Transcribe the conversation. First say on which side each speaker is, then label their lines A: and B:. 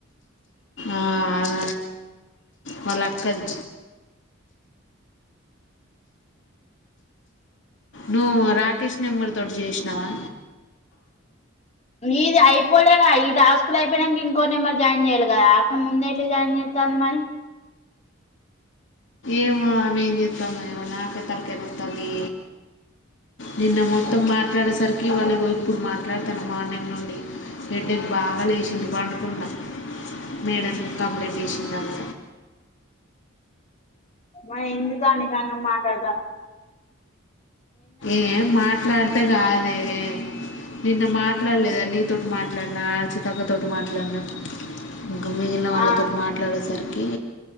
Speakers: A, on the left; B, on the left.
A: ఆ అద వాళ్ళ అక్కది నువ్వు రాకేష్ నెంబర్ తోటి చేసినావా
B: ఇది అయిపోలే క ఈ టాస్కులు అయిపోయియానికి ఇంకో న మరి జాయిన్ చేయాలి కదా అక ముందేతే జాయిన్ చేస్తాంది మరి
A: ఏమో ఆమె ఏం చేస్తాంద ఏమో నాకే తలకై నోస్తంది నిన్న మొత్తం మాట్లాడేసరికి వాళ్ళ ఇప్పుడు మాట్లాడతాను మార్నింగ్ నుండి హెడేక్ బాగా లేచింది పండుకున్న మేడమ్ కంప్లైంట్ చేసింది అమె
B: మ ఎందుకు అని కా మాట్లాడతానా
A: ఏం మాట్లాడితే కాదే నిన్న మాట్లాడలేదా నీతోటి మాట్ అన్నా ఎచ్చు తక్కుతోటి మాట్లాడలన్నా ఇంకా మిగిలిన వాళ్ళతో
B: ఆ
A: మాట్లాడేసరికి